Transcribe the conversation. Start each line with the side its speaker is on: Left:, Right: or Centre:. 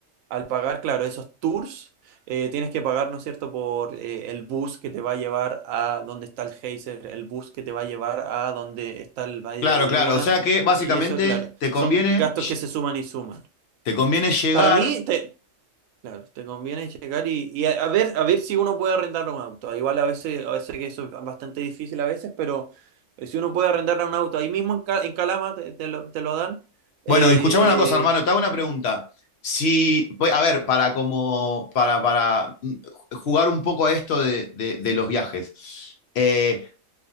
Right: al pagar, claro, esos tours, eh, tienes que pagar, ¿no es cierto?, por eh, el bus que te va a llevar a donde está el geyser, el bus que te va a llevar a donde está el Valle
Left: Claro,
Right: de la
Left: claro.
Right: Luna.
Left: O sea que básicamente
Right: Y eso, claro,
Left: te conviene,
Right: son gastos que se suman y suman.
Left: te conviene llegar.
Right: Para mí, te, Claro, te conviene checar y, y a, a ver, a ver si uno puede arrendar un auto. Ah, Igual a veces, a veces que eso es bastante difícil a veces, pero eh, si uno puede arrendar un auto, ahí mismo en, Ca- en Calama te, te lo, te lo dan. Eh,
Left: Bueno, y escuchame una cosa, hermano, te hago una pregunta. Si, pues, a ver, para como, para, para mm, jugar un poco a esto de, de- de los viajes. Eh,